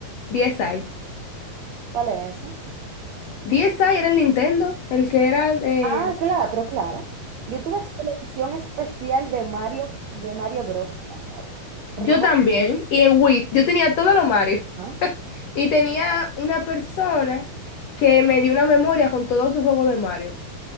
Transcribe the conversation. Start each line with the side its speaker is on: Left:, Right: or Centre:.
Left: 10 ahí.
Right: ¿Cuál es ese?
Left: 10 ahí era el Nintendo, el que era... Eh...
Right: Ah, claro, pero claro. Yo tuve televisión especial de Mario, de Mario Bros, mi amor. Rojo.
Left: Yo también, y en Wii, yo tenía todos los Mario.
Right: Ah,
Left: Y tenía una persona que me dio una memoria con todos sus juegos de Mario.